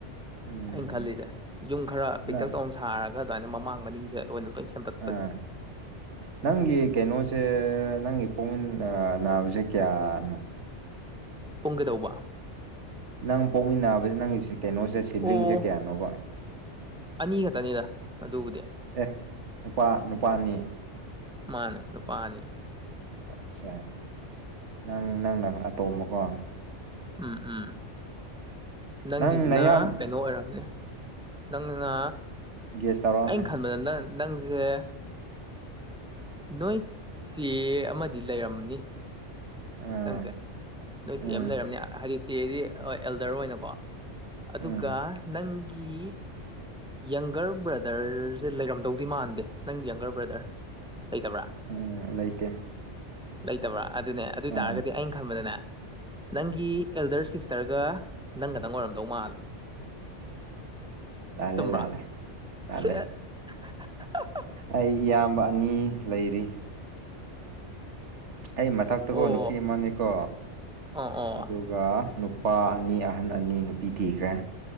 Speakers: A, on the right (about 75°); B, in the centre.
A: ꯎꯝ
B: ꯑꯩꯅ ꯈꯜꯂꯤꯁꯦ ꯌꯨꯝ ꯈꯔ
A: ꯅꯪ
B: ꯄꯤꯛꯇꯛ ꯇꯧ ꯁꯥꯔꯒ ꯑꯗꯨꯃꯥꯏꯅ ꯃꯃꯥꯡ ꯃꯅꯤꯡꯁꯦ ꯑꯣꯏꯅ ꯂꯣꯏ ꯁꯦꯝꯗꯠꯄꯁꯤꯅꯦ
A: ꯑꯥ ꯅꯪꯒꯤ ꯀꯩꯅꯣꯁꯦ ꯅꯪꯒꯤ ꯄꯣꯛꯃꯤꯟ ꯅꯥꯕꯁꯦ ꯀꯌꯥꯅꯣ
B: ꯄꯨꯡ ꯀꯩꯗꯧꯕ
A: ꯅꯪ ꯄꯣꯛꯃꯤꯟꯅꯕꯁꯤ ꯅꯪ ꯀꯩꯅꯣꯁꯦ ꯁꯤꯕ꯭ꯂꯤꯡꯁꯦ
B: ꯑꯣ
A: ꯀꯌꯥꯅꯣꯕ
B: ꯑꯅꯤ ꯈꯛꯇꯅꯤꯗ ꯑꯗꯨꯕꯨꯗꯤ
A: ꯑꯦ ꯅꯨꯄꯥ ꯅꯨꯄꯥ ꯑꯅꯤ
B: ꯃꯥꯅꯦ ꯅꯨꯄꯥꯅꯤ
A: ꯑꯠꯆꯥ ꯅꯪ ꯅꯪꯅ ꯑꯇꯣꯝꯕꯀꯣ
B: ꯎꯝ ꯎꯝ ꯅꯪꯒꯤꯁꯤꯅ
A: ꯅꯪ ꯅꯌꯥꯝ
B: ꯀꯩꯅꯣ ꯑꯣꯏꯔꯝꯅꯤ ꯅꯪꯅ
A: ꯒꯦꯁ ꯇꯧꯔꯛꯑꯣꯅꯦ
B: ꯑꯩꯅ ꯈꯟꯕꯗ ꯅꯪ ꯅꯪꯁꯦ ꯅꯣꯏ ꯆꯦ ꯑꯃꯗꯤ ꯂꯩꯔꯝꯅꯤ
A: ꯑꯥ
B: ꯅꯪꯁꯦ ꯅꯣꯏ
A: ꯎꯝ
B: ꯆꯦ ꯑꯃ ꯂꯩꯔꯝꯅꯦ ꯍꯥꯏꯗꯤ ꯆꯦꯗꯤ ꯑꯦꯜꯗꯔ ꯑꯣꯏꯅꯀꯣ ꯑꯗꯨꯒ
A: ꯎꯝ
B: ꯅꯪꯒꯤ ꯌꯪꯒꯔ ꯕ꯭ꯔꯗꯔꯁꯦ ꯂꯩꯔꯝꯗꯧꯗꯤ ꯃꯥꯟꯗꯦ ꯅꯪ ꯌꯪꯒꯔ ꯕ꯭ꯔꯗꯔ ꯂꯩꯇꯕ꯭ꯔꯥ
A: ꯎꯝ ꯂꯩꯇꯦ
B: ꯂꯩꯇꯕ꯭ꯔꯥ ꯑꯗꯨꯅꯦ ꯑꯗꯨ ꯑꯣꯏ
A: ꯑꯥ
B: ꯇꯥꯔꯒꯗꯤ ꯑꯩꯅ ꯈꯟꯕꯗꯅꯦ ꯅꯪꯒꯤ ꯑꯦꯜꯗꯔ ꯁꯤꯁꯇꯔꯒ ꯅꯪꯒꯗꯪ ꯑꯣꯏꯔꯝꯗꯧ ꯃꯥꯜꯂꯦ
A: ꯂꯥꯜꯂꯦ
B: ꯆꯨꯝꯕ꯭ꯔꯥ
A: ꯂꯥꯜꯂꯦ ꯂꯥꯜꯂꯦ
B: ꯁꯦ <unintelligible>
A: ꯑꯩ ꯏꯌꯥꯝꯕ ꯑꯅꯤ ꯂꯩꯔꯤ ꯑꯩ ꯃꯊꯛꯇꯀꯣ
B: ꯑꯣ
A: ꯅꯨꯄꯤ ꯑꯃꯅꯦꯀꯣ ꯑꯗꯨ
B: ꯑꯣ ꯑꯣ
A: ꯑꯗꯨꯒ ꯅꯨꯄꯥ ꯑꯅꯤ ꯑꯍꯟ ꯑꯅꯤ ꯅꯨꯄꯤ ꯊꯤꯈ꯭ꯔꯦ